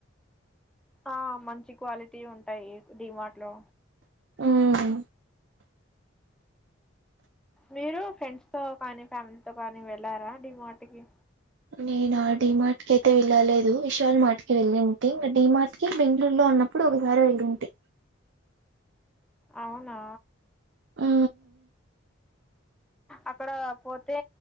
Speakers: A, in the centre; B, on the right.
A: ఆ మంచి క్వాలిటీ ఉంటాయి ీమాట్ లో
B: మ్మ్
A: మీరు ఫ్రెండ్స్ తో కానీ ఫ్యామిలీతోో కానీ వెళ్ళారా ీ మాటికి
B: నేను డడి మార్ట్ కి అయితే వెళ్ళాలేదు విశల్ మార్ట్ కి వెళ్ళింటి డడి మార్ట్ కి బెంగళూరులో ఉన్నా న్నప్పుడు ఒకసారి వెళ్ళంటే
A: అవునా
B: ఆ
A: అక్కడ పోతే